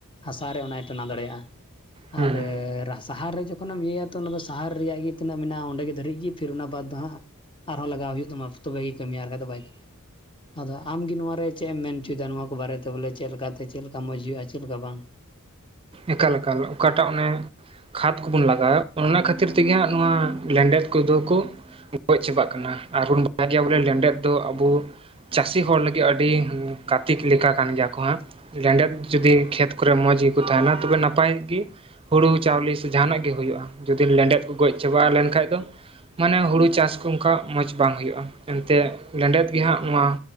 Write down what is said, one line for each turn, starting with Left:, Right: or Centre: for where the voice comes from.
Left: ᱦᱟᱥᱟ ᱨᱮ ᱚᱱᱟᱭ ᱴᱟᱱᱟᱣ ᱫᱟᱲᱮᱭᱟᱼᱟ
Right: ᱦᱩᱸ
Left: ᱟᱨ ᱨᱟᱥ ᱥᱟᱦᱟᱨ ᱨᱮ ᱡᱚᱠᱷᱚᱱᱮᱢ ᱤᱭᱟᱹᱭᱟ ᱛᱚ ᱚᱱᱟ ᱫᱚ ᱥᱟᱦᱟᱨ ᱨᱮᱭᱟᱜ ᱜᱮ ᱛᱤᱱᱟᱹᱜ ᱢᱮᱱᱟᱜᱼᱟ ᱚᱸᱰᱮ ᱜᱮ ᱫᱷᱟᱹᱨᱤᱡ ᱜᱮ ᱯᱷᱤᱨ ᱚᱱᱟ ᱵᱟᱫᱽ ᱫᱚ ᱦᱟᱸᱜ ᱟᱨᱦᱚᱸ ᱞᱟᱜᱟᱣ ᱦᱩᱭᱩᱜ ᱛᱟᱢᱟ ᱛᱚᱵᱮ ᱜᱮ ᱠᱟᱹᱢᱤᱭᱟ ᱟᱨ ᱵᱟᱠᱟᱱ ᱫᱚ ᱵᱟᱭ ᱠᱟᱹᱤᱭᱟ᱾ ᱟᱫᱚ ᱟᱢᱜᱮ ᱱᱚᱭᱟ ᱨᱮ ᱪᱮᱫ ᱮᱢ ᱢᱮᱱ ᱦᱚᱪᱚᱭᱮᱫᱟ ᱱᱚᱣᱟ ᱠᱚ ᱵᱟᱨᱮᱛᱮ ᱵᱚᱞᱮ ᱪᱮᱫ ᱞᱮᱠᱟᱛᱮ ᱪᱮᱫ ᱞᱮᱠᱟ ᱢᱚᱸᱡᱽ ᱦᱩᱭᱩᱜᱼᱟ ᱡᱮ, ᱪᱮᱫ ᱞᱮᱠᱟ ᱵᱟᱝ᱾
Right: ᱮᱠᱟᱞ ᱮᱠᱟᱞ ᱚᱠᱟᱴᱟᱜ ᱚᱱᱮ ᱠᱷᱟᱫ ᱠᱚᱵᱚᱱ ᱞᱟᱜᱟᱣᱟ ᱚᱱᱟ ᱠᱷᱟᱹᱛᱤᱨ ᱛᱮᱜᱮ ᱦᱟᱸ ᱱᱚᱣᱟ ᱞᱮᱸᱰᱮᱛ ᱠᱚᱫᱚ ᱠᱚ ᱜᱚᱡ ᱪᱟᱵᱟᱜ ᱠᱟᱱᱟ, ᱟᱨᱵᱚᱱ ᱵᱟᱲᱟᱭ ᱜᱮᱭᱟ ᱵᱚᱞᱮ ᱞᱮᱸᱰᱮᱛ ᱫᱚ ᱟᱵᱚ ᱪᱟᱹᱥᱤ ᱦᱚᱲ ᱞᱟᱹᱜᱤᱫ ᱟᱹᱰᱤ ᱠᱟᱨᱛᱤᱠ ᱞᱮᱠᱟ ᱠᱟᱱ ᱜᱮᱭᱟ ᱠᱚ ᱦᱟᱸᱜ᱾ ᱞᱮᱸᱰᱮᱫ ᱡᱩᱫᱤ ᱠᱷᱮᱛ ᱠᱚᱨᱮ ᱢᱚᱸᱡᱽ ᱜᱮᱠᱚ ᱛᱟᱦᱮᱱᱟ ᱛᱚᱵᱮ ᱱᱟᱯᱟᱭ ᱜᱮ᱾ ᱦᱩᱲᱩ, ᱪᱟᱣᱞᱮ ᱥᱮ ᱡᱟᱦᱟᱱᱟᱜ ᱜᱮ ᱦᱩᱭᱩᱜᱼᱟ ᱡᱩᱫᱤ ᱞᱮᱸᱰᱮᱫ ᱠᱚ ᱜᱚᱡ ᱪᱟᱵᱟᱜᱼᱟ ᱞᱮᱱ ᱠᱷᱟᱡ ᱫᱚ ᱢᱟᱱᱮ ᱦᱩᱲᱩ ᱪᱟᱥ ᱠᱚ ᱚᱝᱠᱟ ᱢᱚᱸᱡᱽ ᱵᱟᱝ ᱦᱩᱭᱩᱜᱼᱟ᱾ ᱮᱱᱛᱮ ᱞᱮᱸᱰᱮᱫ ᱜᱮ ᱦᱟᱸᱜ ᱱᱚᱣᱟ